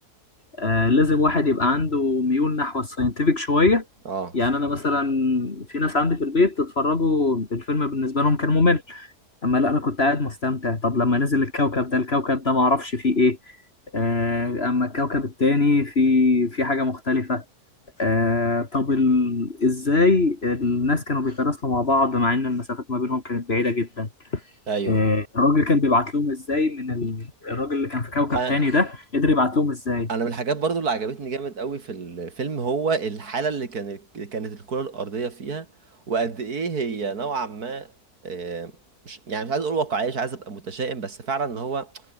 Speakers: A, on the left (about 40°); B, on the right (about 75°).
A: آه، لازم واحد يبقى عنده ميول نحو الساينتفك شوية
B: اه
A: يعني أنا مثلا في ناس عندي في البيت اتفرجوا الفيلم بالنسبة لهم كان ممل أما لا أنا كنت قاعد مستمتع طب لما نزل الكوكب ده الكوكب ده معرفش فيه إيه آه، أما الكوكب التاني في في حاجة مختلفة آه، طب ال... إزاي الناس كانوا بيتراسلوا مع بعض مع إن المسافات ما بينهم كانت بعيدة جدا
B: ايوه
A: آه، الراجل كان بيبعت لهم إزاي من ال... الراجل اللي كان في كوكب
B: أنا-
A: تاني ده قدر يبعت لهم إزاي
B: انا من الحاجات برضو اللي عجبتني جامد قوي في الفيلم هو الحاله اللي كانت اللي كانت الكره الارضيه فيها وقد ايه هي نوعا ما آه، مش يعني مش عايز اقول واقعيه مش عايز ابقى متشائم بس فعلا ان هو